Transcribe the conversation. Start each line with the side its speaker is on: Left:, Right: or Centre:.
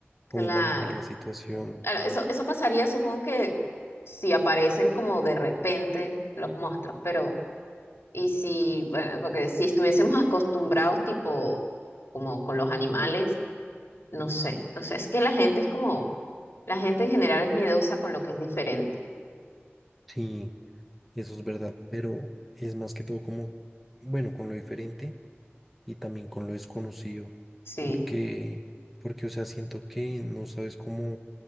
Left: claro,
Centre: cómo manejar la situación.
Left: claro, eso, eso pasaría, supongo que si aparecen como de repente los monstruos, pero y si, bueno, porque si estuviésemos acostumbrados tipo como con los animales, no sé, no sé, es que la gente es como, la gente en general es miedosa con lo que es diferente.
Centre: Sí, eso es verdad, pero es más que todo como, bueno, con lo diferente y también con lo desconocido,
Left: Sí,
Centre: porque, porque, o sea, siento que no sabes cómo,